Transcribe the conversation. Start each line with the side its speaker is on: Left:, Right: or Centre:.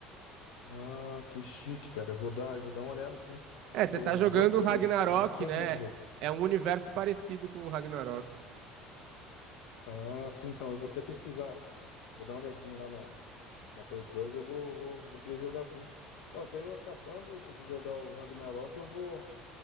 Left: Ah, que chique, cara. Eu vou dar, eu vou dar uma olhada assim.
Right: É, você
Left: Eu
Right: tá jogando
Left: gosto de
Right: Ragnarok,
Left: filmes, eu gosto
Right: né?
Left: de jogo.
Right: É um universo parecido com o Ragnarok.
Left: Ah, sim, então. Eu vou até pesquisar. Vou dar uma olhadinha lá na, na Play Plus. Eu vou, vou, vou querer jogar sim. Então, daí eu acabando de jogar o Ragnarok, eu vou.